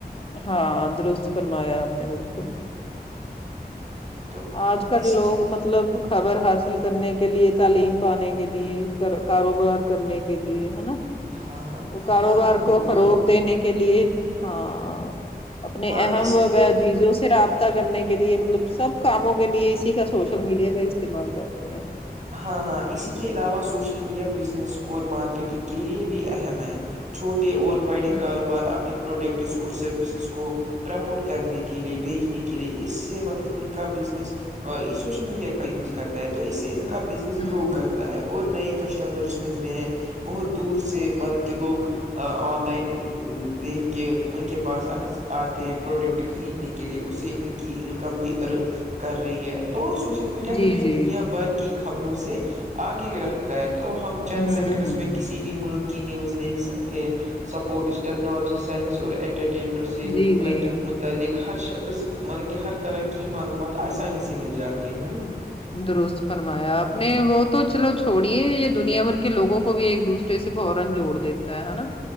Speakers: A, on the left; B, on the right.
A: ہاں درست فرمایا آپ نے بالکل
B: تو
A: آج کل
B: اسی
A: لوگ
B: کے
A: مطلب خبر حاصل کرنے کے لیے تعلیم پانے کے لیے کاروبار کرنے کے لیے ہے نا
B: ہاں ہاں
A: وہ کاروبار
B: ہاں ہاں بالکل
A: کو فروغ دینے کے لیے ہاں اپنے
B: ہاں
A: اہم
B: اسی
A: و
B: کے
A: چیزوں سے رابطہ کرنے کے لیے مطلب سب کاموں کے لیے اسی کا سوشل میڈیا کا استعمال کرتے ہیں
B: ہاں ہاں اسی کے علاوہ سوشل میڈیا بزنس اور مارکیٹنگ کے لیے بھی اہم ہے چھوٹے اور بڑے
A: ہوں
B: کاروبار اپنے پروڈکٹس اور سروسز کو پرموٹ کرنے کے لیے بھیجنے کے لیے اس سے مطلب کہ ان کا بزنس سوشل میڈیا کا یوز کرتا ہے تو اس سے ان کا بزنس
A: ہوں
B: گرو کرتا ہے اور نئے کسٹمرس ملتے ہیں بہت دور سے مطلب کہ لوگ آن لائن دیکھ کے ان کے پاس آتے ہیں پروڈکٹ خریدنے کے لیے اسے ان کی انکم بھی ارن کر رہی ہے تو سوچ میڈیا
A: جی
B: ہمیں
A: جی
B: دنیا بھر کی خبروں سے آگے رکھتا ہے تو ہم چند
A: ہوں
B: سیکنڈس
A: ہوں
B: میں کسی بھی ملک نیوز دیکھ سکتے ہیں سپورٹس ٹیکنالوجی سائنس اور انٹرٹین سے
A: جی جی
B: متعلق ہر ش <unintelligible> ک مطلب کہ ہر طرح کی معلومات آسانی سے مل جاتی ہے ہے نا
A: درست فرمایا آپ نے وہ تو چلو چھوڑیے یا دنیا بھر کہ لوگوں کو بھی ایک دوسرے سے فورا جوڑ دیتا ہے ہے نا